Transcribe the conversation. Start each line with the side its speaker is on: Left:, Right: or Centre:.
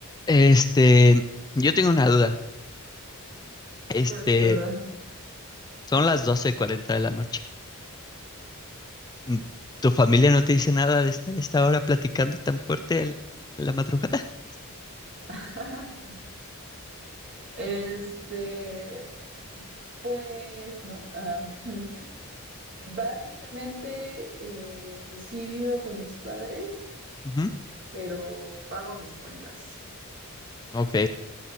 Left: Este, yo tengo una duda. Este,
Right: duda
Left: son las doce cuarenta de la noche. Mm, ¿Tu familia no te dice nada de estar a esta hora platicando tan fuerte el- la madrugada?
Right: <laughs> Este, pues no. ah, <laughs> básicamente, eh, sí vivo con mis padres,
Left: Ujú.
Right: pero pago mis cuentas.
Left: Ok.